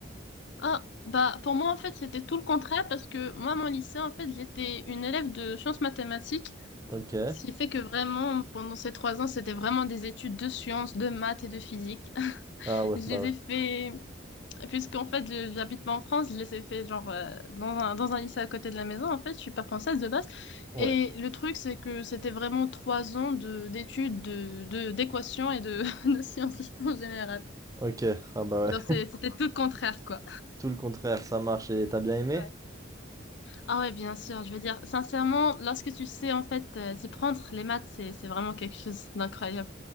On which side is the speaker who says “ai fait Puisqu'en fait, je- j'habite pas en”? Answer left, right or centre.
Left